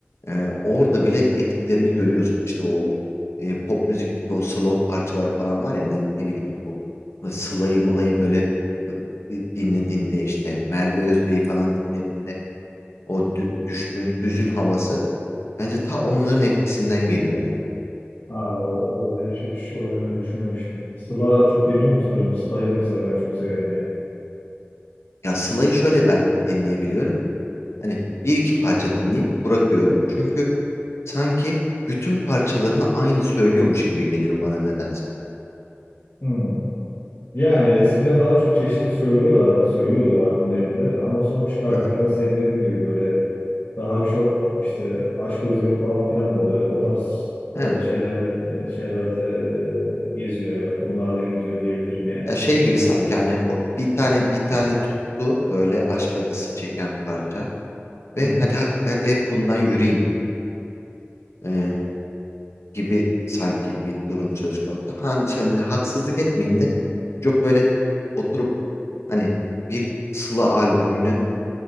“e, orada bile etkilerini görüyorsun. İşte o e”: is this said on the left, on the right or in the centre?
Left